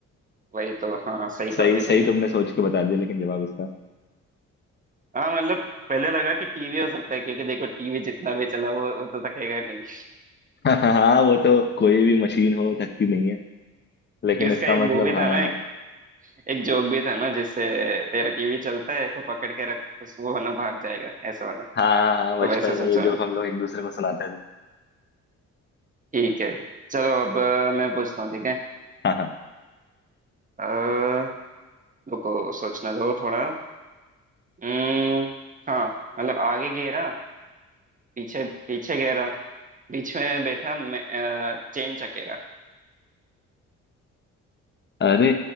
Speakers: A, on the right (about 25°); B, on the left (about 35°).
A: वही तो हाँ सही कहा
B: सही
A: भाई
B: सही
A: तुमने
B: तुमने सोच के बता दिया लेकिन जवाब इसका
A: हाँ मतलब पहले लगा कि टीवी हो सकता है क्योंकि देखो टीवी जितना भी चला वो वो तो थकेगा नहीं
B: <laughs> हाँ वो तो कोई भी मशीन हो थकती नहीं है लेकिन
A: इसका
B: इसका
A: एक
B: मतलब
A: वो भी
B: हाँ
A: था ना एक एक जोक भी था ना जिससे तेरा टीवी चलता है तो पकड़ के रख उस- वो ना भाग जाएगा ऐसा वाला
B: हाँ हाँ हाँ, बचपन
A: तो वैसे सोचा
B: में ये जोक
A: मैं
B: हम लोग एक दूसरे को सुनाते थे
A: ठीक है चलो अब अ, मैं पूछता हूँ ठीक है
B: हाँ हाँ
A: अः रुको सोचने दो थोड़ा हम्म, हाँ मतलब आगे घेरा पीछे पीछे घेरा बीच में बैठा मैं, अ, चेन चकेरा
B: अरे